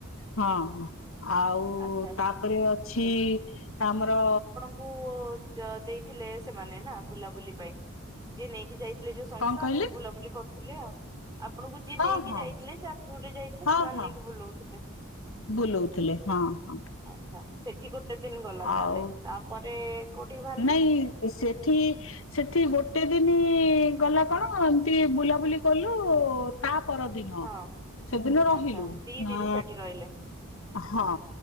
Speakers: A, on the left (about 65°); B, on the right (about 15°).
A: ହଁ ଆଉ
B: ଆଚ୍ଛା
A: ତାପରେ ଅଛି ଆମର
B: ଉ ଡ ଦେଇଥିଲେ ସେମାନେ ନା ବୁଲାବୁଲି ପାଇଁ ଯିଏ ନେଇକି ଯାଇ ଥିଲେ ଯୋଉ ସଂସ୍ଥା
A: କଣ କହିଲେ
B: ଆପଣଙ୍କୁ ବୁଲାବୁଲି କରୁଥିଲେ ଆଉ ଆପଣଙ୍କୁ ଯିଏ
A: ହଁ
B: ନେଇକି
A: ହଁ
B: ଯାଇଥିଲେ ଯା ଟୁର୍ ରେ ଯାଇଥିଲେ
A: ହଁ
B: ସେମାନେ
A: ହଁ
B: ନେଇକି ବୁଲଉଥିଲେ।
A: ବୁଲଉଥିଲେ ହଁ ହଁ।
B: ଆଚ୍ଛା ସେଠି ଗୋଟେ ଦିନ ଗଲା
A: ଆଉ
B: ତାହେଲେ ତାପରେ କୋଉଠିକି ବାହାରିଲେ
A: ନାଇଁ ସେଠି ସେଠି ଗୋଟେ ଦିନ ଗଲା କଣ ଏମିତି ବୁଲାବୁଲି କଲୁ ତା ପରଦିନ
B: ହଁ।
A: ସେଦିନ ରହିଲୁ
B: ଆଚ୍ଛା ଦି
A: ନା
B: ଦିନ ସେଠି ରହିଲେ
A: ହଁ